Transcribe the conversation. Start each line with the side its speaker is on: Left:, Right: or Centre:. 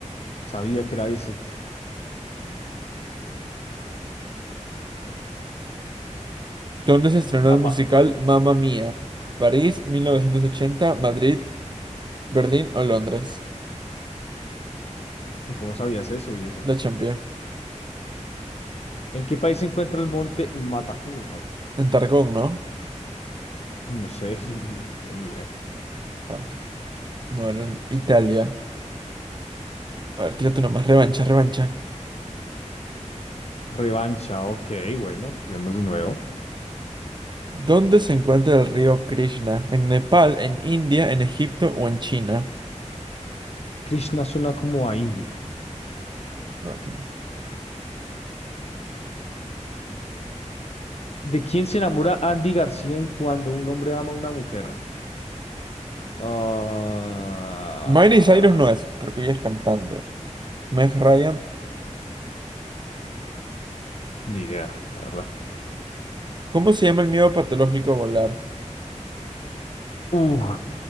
Left: sabía que era ese.
Right: ¿Dónde se estrenó
Left: Ah,
Right: el musical
Left: va-
Right: Mamma Mía? ¿París, mil
Left: mm,
Right: novecientos ochenta, Madrid, Berlín o Londres?
Left: ¿Cómo sabías eso, viejo?
Right: La Champions.
Left: ¿En qué país se encuentra el monte Matajurro?
Right: En Targón, ¿no?
Left: No sé, <laughs> yo no tengo ni idea.
Right: Fuck. No, era en Italia. A ver, tírate una más. Revancha, revancha.
Left: Revancha, ok, bueno, vemos de nuevo.
Right: ¿Dónde se encuentra el río Krishna? ¿En Nepal, en India, en Egipto o en China?
Left: Krishna suena como a India.
Right: Ok.
Left: ¿De quién se enamora Andy García en cuando un hombre ama a una mujer? Ah,
Right: Miley Cyrus no es, porque ella es cantante. Meg Ryan.
Left: ni idea, la verdad.
Right: ¿Cómo se llama el miedo patológico a volar?
Left: Uh,